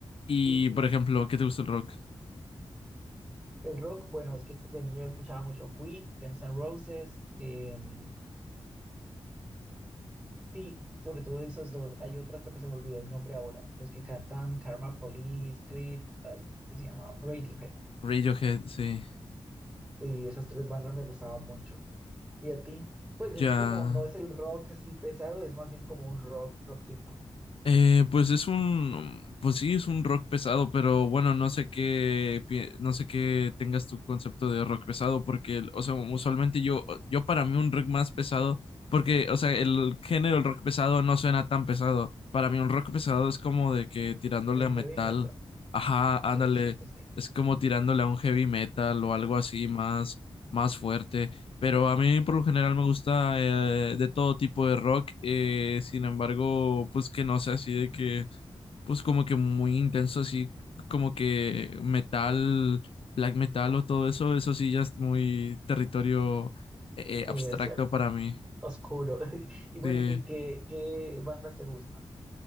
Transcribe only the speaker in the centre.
y,
y
el rock, bueno, es que de niño yo escuchaba mucho Queen, Guns N' Roses, em, Sí, sobre todo de esos dos. Hay otra, pero se me olvidó el nombre ahora. Los que cantan Karma Police, Creed, ay, ¿cómo se llamaba? Radiohead.
Sí, esas tres bandas me gustaban mucho. ¿Y a ti? Pues es
como, no es el rock así pesado, es más bien como un rock, rockcito.
El
heavy metal.
Sí, sí, sí, sí.
Sí,
es cierto.
Oscuro. <laughs> Y bueno,
¿y qué, qué bandas te gustan?